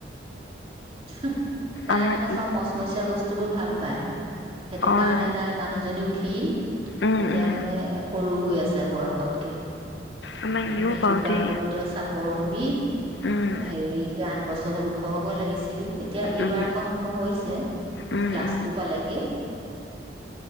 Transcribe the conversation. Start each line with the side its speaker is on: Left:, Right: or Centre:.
Right: <inaudible> তাই
Left: আমাৰ
Right: মানে চব
Left: ই
Right: মচমচীয়া বস্তু বস্তুবোৰ ভাল পায় সেইটো
Left: অ',
Right: কাৰণে তাই মানুহজনীও ক্ষীণ
Left: উম,
Right: এতিয়া
Left: উম,
Right: মানে সৰু হৈ আছে বয়সতকে।
Left: আমাৰ
Right: আমি
Left: ইও বাৰু
Right: জোকা
Left: দেই।
Right: বোলো তেওঁ চাপৰ হবি
Left: উম,
Right: হেৰি এতিয়া আন বছৰ লৱ ওখ হ'বই লাগিছিল। এতিয়াও এইবাৰ
Left: উম,
Right: অকণ ওখ হৈ হৈছে।
Left: উম,
Right: ক্লাছটো
Left: উম,
Right: পালেগে।